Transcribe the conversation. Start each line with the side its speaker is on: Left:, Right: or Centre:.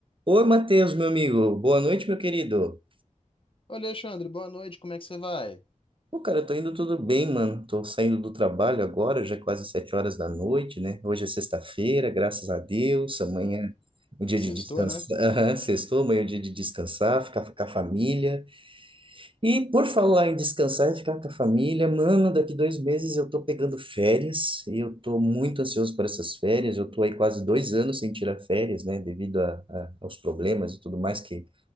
Right: Oi, Matheus, meu amigo. Boa noite, meu querido.
Left: Olha, Alexandre, boa noite, como é que você vai?
Right: Pô, cara, eu tô indo tudo bem, mano. Tô saindo do trabalho agora, já é quase sete horas da noite, né? Hoje é sexta-feira, graças a Deus. Amanhã
Left: Ô,
Right: é o dia
Left: Sextou,
Right: de descansar.
Left: né?
Right: Aham, sextou, amanhã é o dia de descansar, ficar com a família. E por falar
Left: É.
Right: em descansar e ficar com a família, mano, daqui dois meses eu tô pegando férias e eu tô muito ansioso por essas férias. Eu tô aí quase dois anos sem tirar férias, né? Devido a, a- aos problemas e tudo mais que